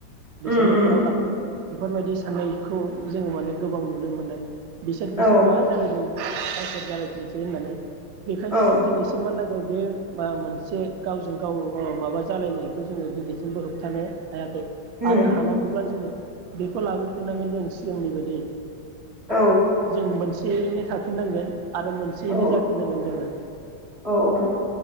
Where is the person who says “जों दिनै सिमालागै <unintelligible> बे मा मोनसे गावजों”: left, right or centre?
Right